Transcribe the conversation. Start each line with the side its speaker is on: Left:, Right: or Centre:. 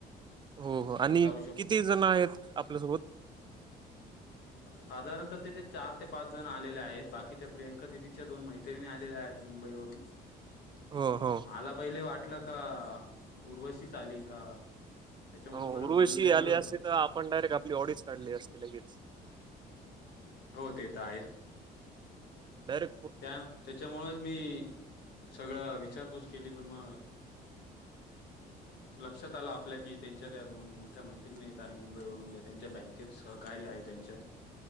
Right: हो हो
Left: आपण
Right: आणि
Left: जाऊ
Right: किती जण आहेत आपल्यासोबत
Left: साधारणत तेथ. चार ते पाच जण आलेले आहेत बाकी त्या प्रियंका दिदीच्या दोन मैत्रिणी आलेल्या आहेत मुंबई वरून
Right: ह हा.
Left: मला पहिले वाटलं का उर्वशीच आली का? त्याच्यामुळे
Right: अ
Left: तुम्हाला
Right: उर्ुविशी
Left: गुड न्यूज देणार
Right: आली
Left: होतो
Right: असते तर आपण डायरेक्ट आपली ऑडीिच काढली असते लगेच.
Left: हो ते तर आहेत.
Right: बर.
Left: त्या त्याच्यामुळेच मी सगळं विचारपूस केली पण मग लक्षात आला आपल्या कि त्यांच्या त्या दोन मोठ्या माहि. आहे मुंबई वून ज्या त्यांच्या बँकेत सहकारी आहे त्यांच्या